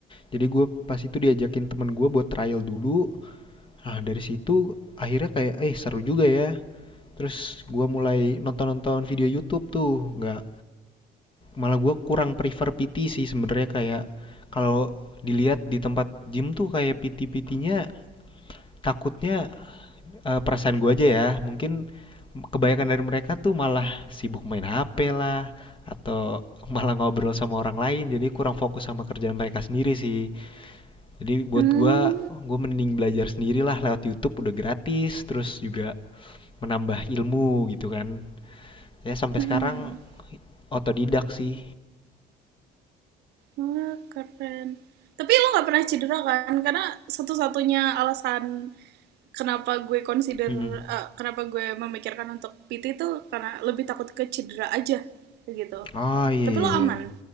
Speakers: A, on the left; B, on the right.
A: jadi gue pas itu diajakin temen gue buat trial dulu nah dari situ akhirnya kayak eh seru juga ya terus gue mulai nonton-nonton video YouTube tuh nggak malah gue kurang prefer PT sih sebenarnya kayak kalau dilihat di tempat gym tuh kayak PT-PT-nya takutnya eh, perasaan gue aja ya, mungkin kebanyakan dari mereka tuh malah sibuk main HP lah atau <laughs> malah ngobrol sama orang lain jadi kurang fokus sama kerjaan mereka sendiri sih jadi buat
B: Hmm.
A: gue, gue mending belajar sendiri lah lewat YouTube udah gratis terus juga menambah ilmu gitu kan ya sampai
B: Hmm.
A: sekarang otodidak sih
B: Wah, keren. Tapi lo nggak pernah cedera kan? Karena satu-satunya alasan kenapa gue consider,
A: Mm-mm.
B: eh, kenapa gue memikirkan untuk PT itu karena lebih takut ke cedera aja, kayak gitu.
A: Oh iya,
B: Tapi
A: iya,
B: lo
A: iya.
B: aman.